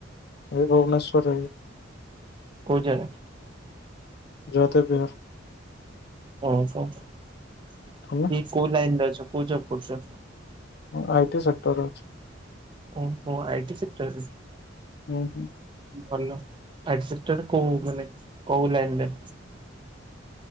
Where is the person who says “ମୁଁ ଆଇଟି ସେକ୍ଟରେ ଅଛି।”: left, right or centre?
Left